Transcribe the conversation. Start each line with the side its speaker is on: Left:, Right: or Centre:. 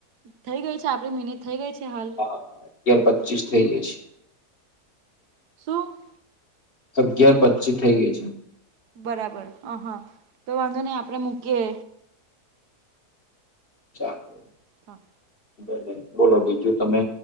Right: થઈ ગઈ છે, આપણી મિનત થઈ ગઈ છે હાલ.
Left: હા અગિયાર પચીસ થઇ ગઈ છે.
Right: સું?
Left: અગિયાર પચી થઇ ગઈ છે.
Right: બરાબર, હ હ તો વાંધો નહી આપણે મૂકીએ.
Left: ચાલ.
Right: હા.
Left: <inaudible> બોલો બીજું તમે?